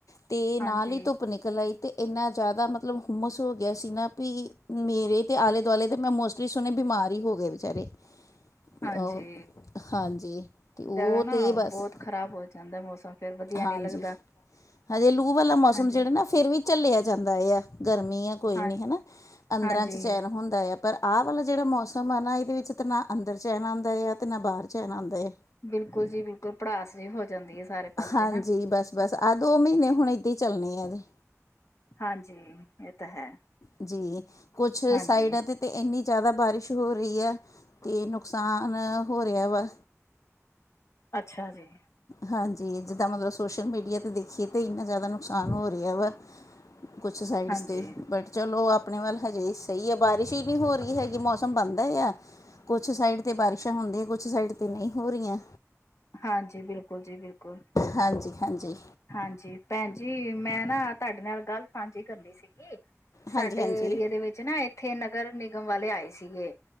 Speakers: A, on the left; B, on the left.
A: ਤੇ
B: ਹਾਂਜੀ,
A: ਨਾਲ ਹੀ ਧੁੱਪ ਨਿਕਲ ਆਈ ਤੇ। ਇੰਨਾ ਜ਼ਿਆਦਾ ਮਤਲਬ ਹੁੰਮਸ ਹੋ ਗਿਆ ਸੀ ਨਾ ਵੀ, ਮੇਰੇ ਤੇ ਆਲੇ ਦੁਆਲੇ ਦੇ ਮੈਂ। ਤੁਸੀਂ ਸੁਣੇ ਬਿਮਾਰ ਹੀ ਹੋ ਗਏ ਵਿਚਾਰੇ।
B: ਹਾਂਜੀ
A: ਉਹ ਹਾਂਜੀ ਤੇ ਉਹ
B: ਕਦੇ ਨਾ
A: ਤੇ ਬਸ
B: ਬਹੁਤ ਖ਼ਰਾਬ ਹੋ ਜਾਂਦਾ ਮੌਸਮ। ਫੇਰ ਵਧੀਆ
A: ਹਾਂਜੀ
B: ਨਹੀਂ ਲੱਗਦਾ।
A: ਹਜੇ ਲੂਹ ਵਾਲਾ ਮੌਸਮ
B: ਹਾਂਜੀ
A: ਜਿਹੜਾ ਨਾ ਫਿਰ ਵੀ ਝੱਲਿਆ ਜਾਂਦਾ ਹੈ ਆ ਗਰਮੀ ਆ, ਕੋਈ
B: ਹਾਂ
A: ਨਹੀਂ ਹਨਾ। ਆਂਦਰਾਂ
B: ਹਾਂਜੀ
A: 'ਚ ਚੈਨ ਹੁੰਦਾ ਹੈ। ਪਰ ਆਹ ਵਾਲਾ ਜਿਹੜਾ ਮੌਸਮ ਆ ਨਾ ਇਹਦੇ ਵਿੱਚ ਤਾਂ ਨਾ ਅੰਦਰ ਚੈਨ ਆਉਂਦਾ ਆ ਤੇ ਨਾ ਬਾਹਰ ਚੈਨ ਆਉਂਦਾ ਹੈ।
B: ਬਿਲਕੁਲ ਜੀ ਬਿਲਕੁਲ ਭੜਾਸ ਜਿਹੀ ਹੋ ਜਾਂਦੀ ਹੈ। ਸਾਰੇ ਪਾਸੇ
A: ਹਾਂਜੀ,
B: ਨਾ
A: ਬਸ- ਬਸ, ਆਹ ਦੋ ਮਹੀਨੇ ਹੁਣ, ਇੱਦਾਂ ਹੀ ਚੱਲਣੇ ਆ ਜੀ।
B: ਹਾਂਜੀ, ਇਹ ਤਾਂ ਹੈ
A: ਜੀ, ਕੁੱਛ
B: ਹਾਂਜੀ
A: ਸਾਈਡਾਂ, ਤੇ ਤੇ, ਇੰਨੀ ਜ਼ਿਆਦਾ ਬਾਰਿਸ਼ ਹੋ ਰਹੀ ਆ, ਤੇ ਨੁਕਸਾਨ ਹੋ ਰਿਹਾ ਵਾ।
B: ਅੱਛਾ, ਜੀ,
A: ਹਾਂਜੀ, ਜਿੱਦਾਂ ਮਤਲਬ ਸੋਸ਼ਲ ਮੀਡੀਆ, 'ਤੇ ਦੇਖੀਏ ਤਾਂ ਇੰਨਾ ਜ਼ਿਆਦਾ ਨੁਕਸਾਨ ਹੋ ਰਿਹਾ ਵਾ। ਕੁਛ, ਸਾਈਡਸ
B: ਹਾਂਜੀ
A: 'ਤੇ ਬਟ, ਚਲੋ, ਆਪਣੇ ਵੱਲ ਹਜੇ ਸਹੀ ਆ, ਬਾਰਿਸ਼ ਹੀ ਨਹੀਂ ਹੋ ਰਹੀ ਹੈਗੀ ਮੌਸਮ ਬਣਦਾ ਆ। ਕੁਛ ਸਾਈਡ ਤੇ ਬਾਰਿਸ਼ਾਂ ਹੁੰਦੀਆਂ, ਕੁਛ ਸਾਈਡ ਤੇ ਨਹੀਂ ਹੋ ਰਹੀਆਂ
B: ਹਾਂਜੀ ਬਿਲਕੁਲ ਜੀ ਬਿਲਕੁਲ
A: ਹਾਂਜੀ-ਹਾਂਜੀ,
B: ਹਾਂਜੀ ਭੈਣ ਜੀ ਮੈਂ ਨਾ ਤੁਹਾਡੇ ਨਾਲ ਗੱਲ ਸਾਂਝੀ ਕਰਨੀ ਸੀਗੀ ਸਾਡੇ
A: ਹਾਂਜੀ-ਹਾਂਜੀ
B: ਏਰੀਏ ਦੇ ਵਿੱਚ ਨਾ ਇੱਥੇ ਨਗਰ ਨਿਗਮ ਵਾਲੇ ਆਏ ਸੀਗੇ